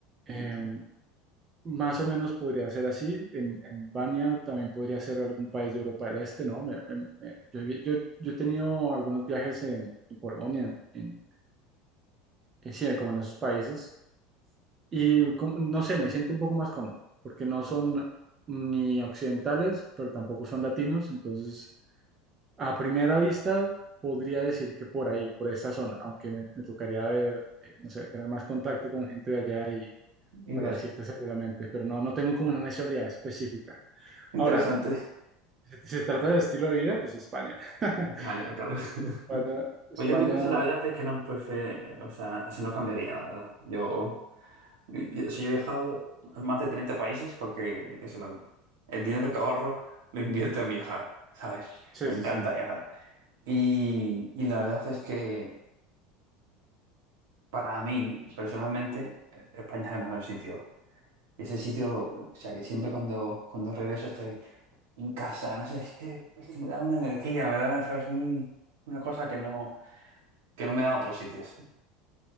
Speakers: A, on the right (about 30°); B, on the right (about 80°).
A: Eh,
B: Entiendo.
A: más o menos podría ser así. En, en Albania también podría ser algún país de Europa del Este, ¿no? Me- me- me- yo, he vi- yo- yo he tenido algunos viajes en, en Polonia, en, en- eh, sí, como en esos países, y como- no sé, me siento un poco más cómodo, porque no son ni occidentales, pero tampoco son latinos, entonces a primera vista podría decir que por ahí, por esa zona, aunque me, me tocaría, eh, eh, no sé, tener más contacto con gente de allá
B: Y
A: para
B: ver.
A: decirte seguramente, pero no, no tengo como una nacionalidad específica.
B: Interesante.
A: Ahora, si si se trata de estilo de vida, pues España, <laughs>
B: Vaya, claro.
A: porque
B: <laughs>
A: en España, España,
B: Pues yo en mi caso la verdad es que no prefiero, o sea, eso no cambiaría, la verdad. Yo, yo, o he viajado a más de 30 países porque eso, lo- el dinero que ahorro lo invierto en viajar, ¿sabes?
A: sí,
B: Me
A: sí,
B: encanta
A: sí.
B: viajar. Y, y la verdad es que para mí, personalmente, España es el mejor sitio. Y ese sitio, o sea, que siempre cuando, cuando regreso estoy en casa, no sé, es que, es que me da una energía, me da, ¿sabes? Un- una cosa que no... que no me da a otros sitios.